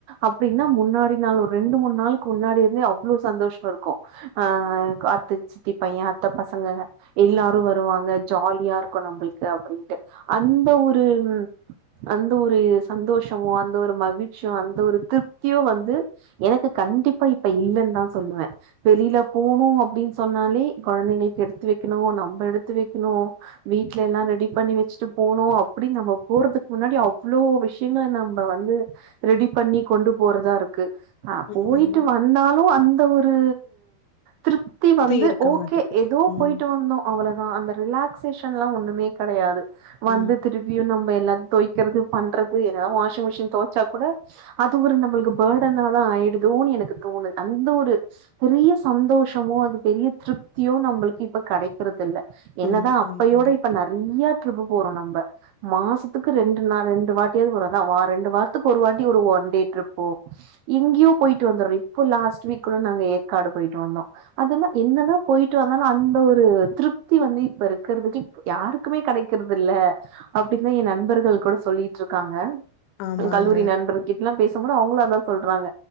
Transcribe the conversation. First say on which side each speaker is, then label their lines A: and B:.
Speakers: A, on the right; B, on the left.
A: அப்டினா முன்னாடி நாள் ஒரு ரெண்டு மூணு நாளுக்கு முன்னாடி இருந்தே அவ்ளோ சந்தோஷமா இருக்கு ஆ காத்து சித்தி பையன் அத்த பசங்க எல்லாரு வருவாங்க ஜாலியா இருக்கு நம்மளுக்கு அப்டின்ட்டு அந்த ஒரு அந்த ஒரு சந்தோஷமோ அந்த ஒரு மகிழ்ச்சியோ அந்த ஒரு திருப்தியு வந்து எனக்கு கண்டிப்பா இப்ப இல்லன்னு தா சொல்லுவே வெளியில போணு அப்டின் சொன்னாலே கொழந்தைங்களுக்கு எடுத்து வைக்கணு நம்ம எடுத்து வைக்கணு வீட்ல எல்லா ரெடி பண்ணி வச்சுட்டு போனு அப்டி நம்ம போறதுக்கு முன்னாடி அவ்ளோ விஷ் யங்கள நம்ம வந்து ரெடி பண்ணி கொண்டு போறதா இருக்கு ஆ
B: ம்.
A: போயிட்டு வந்தாலு அந்த ஒரு திருப்தி வந்து
B: ஃப்ரீ இருக்க
A: ஓகே
B: மாட்டேங்குது.
A: எதோ
B: ம்.
A: போயிட்டு வந்தோ அவ்ளோதா அந்த ரிலாக்சேஷன் எல்லா ஒண்ணுமே கெடையாது வந்து
B: ம்.
A: திருப்பியு நம்ம எல்லா தொய் க்கிறது பண்றது எதாது வாஷிங் மிஷின் தொவச்சா கூட அது ஒரு நம்மளுக்கு பேர்டனாதா ஆயிடுதோன்னு எனக்கு தோணு அந்த ஒரு பெரிய சந்தோஷமோ அது பெரிய திருப்தியோ நம்மளுக்கு இப்ப கெடைக்கறது இல்ல என்னதா
B: ம்.
A: அப்பயோட
B: ஆமாங்க.
A: இப்ப நறையா ட்ரிப்பு போறோ நம்ப மாசத்துக்கு ரெண்டு நா ரெண்டு வாட்டியாது ஒரு அதா ஒ ரெண்டு வாரத்துக்கு ஒரு வாட்டி ஒரு ஒன் டே ட்ரிப்போ இங்கயோ போயிட்டு வந்தோரோ இப்போ லாஸ்ட் வீக்ல ஏற்காடு போயிட்டு வந்தோ அதெல்லா என்னதா போயிட்டு வந்தாலு அந்த ஒரு திருப்தி வந்து இப்ப இருக்கறதுக்கு யாருக்குமே கிடைக்கறது இல்ல அப்டின்தான் என் நண்பர்கள் கூட சொல்லிட்டு இருக்காங்க
B: ஆமாங்க.
A: கல்லூரி நண்பர்கள் கிட் எல்லாம் பேசும்போது அவங்களும் அதா சொல்றாங்க